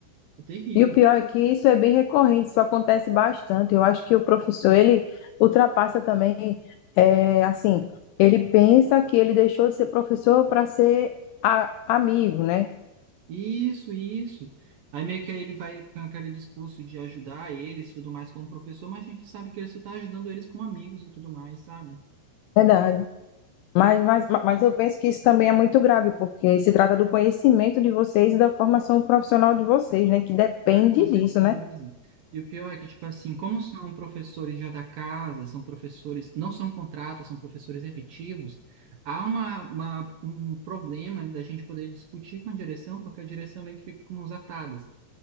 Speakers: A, on the right; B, on the left.
A: É terrível.
B: E o pior é que isso é bem recorrente, isso acontece bastante. Eu acho que o professor, ele ultrapassa também, é, assim, ele pensa que ele deixou de ser professor para ser a- amigo, né?
A: Isso, isso. Aí meio que aí ele vai com aquele discurso de ajudar eles e tudo mais como professor, mas a gente sabe que ele só tá ajudando eles como amigos e tudo mais, sabe?
B: Verdade. Mas, mas, mas eu penso que isso também é muito grave, porque se trata do conhecimento de vocês e da formação profissional de vocês, né? Que depende
A: Cara, com certeza.
B: disso, né?
A: E o pior é que, tipo assim, como são professores já da casa, são professores, não são contratos, são professores efetivos, há uma, uma- um problema da gente poder discutir com a direção, porque a direção meio que fica com mãos atadas.